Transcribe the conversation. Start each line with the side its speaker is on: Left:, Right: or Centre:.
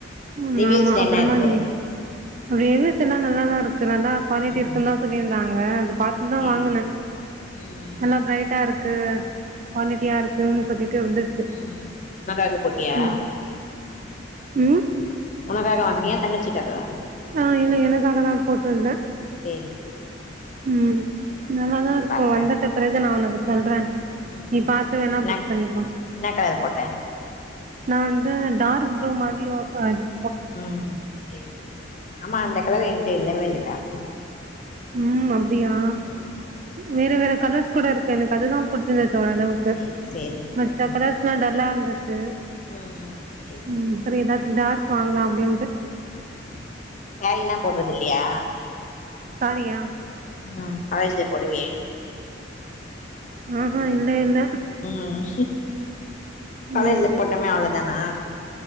Right: ம்
Left: ரிவ்யூஸ்ல
Right: ஆமா அப்புறமா
Left: என்ன இருக்கு
Right: நீ வேலிஸ்லல்லாம் நல்லாதா இருக்கு நல்லா குவாலிட்டி
Left: ம்
Right: இருக்குன்னு தான் சொல்லியிருந்தாங்க அது பா இதா தான்
Left: சரி
Right: வாங்கின
Left: சரி ம் ம்
Right: நல்லா பிரைட்டா இருக்கு குவாலிட்டியா
Left: சேரி
Right: இருக்கு
Left: ஓகே
Right: சொல்லிட்டே வந்துருச்சு
Left: ம் உனக்காக போட்டியா
Right: ம் ம்
Left: உனக்காக வாங்கனியா தங்கச்சிக்காகவா
Right: ஆ இல்ல எனக்கா தா போட்டிருந்தேன்
Left: செரி
Right: ம் நல்லாதா இருக்கு
Left: பாக்குறே
Right: வந்துட்ட பிறகு நா உனக்கு சொல்றே
Left: ம்
Right: நீ பாத்து
Left: சேரி
Right: வேணா
Left: என்ன
Right: புக் பண்ணிக்கோ
Left: என்ன கலர் போட்ட
Right: நான் வந்து டார்க் ப்ளூ மாதிரி இருக்கோ
Left: உம் செரி செரி ஆமா அந்த கலர் எங்கிட்ட இல்லவே இல்ல‌ டார்க் ப்ளூ
Right: ம் அப்டியா
Left: ம்
Right: வேற வேற கலர்ஸ் கூட இருக்கு எனக்கு அதுதா புடிச்சிருந்த ச ஓரளவுக்கு
Left: சேரி
Right: கு
Left: சேரி
Right: மத்த
Left: ம்
Right: கலர்ஸ்லா டல்லா இருந்துச்சு
Left: ம் ம் சேரி சேரி
Right: உம் சரி ஏதாச்சு டார்க் வாங்கலா அப்டின்ட்டு
Left: உம் சேரிலா போட்றதில்லையா
Right: சாரியா
Left: ம் காலேஜ்லா போடுவேயே
Right: ஆ ஆ இல்ல இல்ல
Left: ம் காலேஜ்ல
Right: ம்.
Left: போட்டோமே அவ்ளோதானா